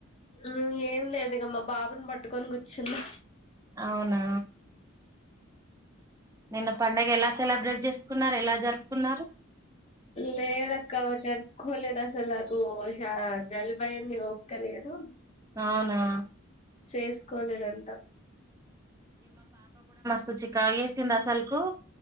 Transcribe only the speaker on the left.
మ్మ్ ఏం లేదు ఇగ మా బాబుని పట్టుకొని కూర్చుంది
లేదక్క జర్పుకులేదసలష జల్బయని ఒపుకలి అదు
చేసుకోలేదంత